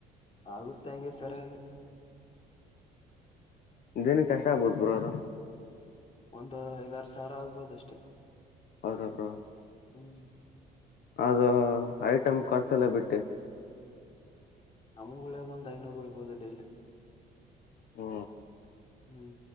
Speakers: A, on the left (about 35°); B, on the left (about 60°).
A: ಆಗುತ್ತೆ ಹಂಗೆ ಸರೆಗಿ
B: ದಿನಕ್ಕೆಸ್ಟ್ ಆಗ್ಬೋದು ಬ್ರೋ ಅದು.
A: ಒಂದು ಐದಾರು ಸಾವ್ರ ಆಗ್ಬೋದು ಅಷ್ಟೆ.
B: ಹೌದ ಬ್ರೋ
A: ಹ್ಮ್
B: ಅದು ಐಟಮ್ ಖರ್ಚೆಲ್ಲ ಬಿಟ್ಟಿ
A: ನಮಗ್ ಉಳೆದ್ ಒಂದು ಐನೂರು ಉಳಿಬೋದು ಡೈಲಿ.
B: ಓ
A: ಹ್ಮ್